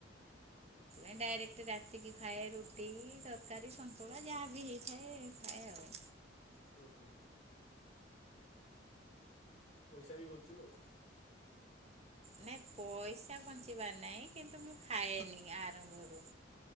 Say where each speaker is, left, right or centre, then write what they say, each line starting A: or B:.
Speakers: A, on the right (about 35°); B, on the left (about 40°).
A: ଏ ଡାଇରେକ୍ଟ ରାତିକି ଖାଏ ରୁଟି, ତରକାରୀ, ସନ୍ତୁଳା ଯାହା ବିି ହେଇଥାାଏ ଖାଏ ଆଉ।
B: ହୁଁ, ହୁଁ, ହୁଁ। ପଇସା ବି ବଞ୍ଚିବ ଆଉ।
A: ନାଇଁ ପଇସା ବଞ୍ଚିବାର ନାହିଁ କିନ୍ତୁ ମୁଁ ଖାଏନି ଆରମ୍ଭରୁ।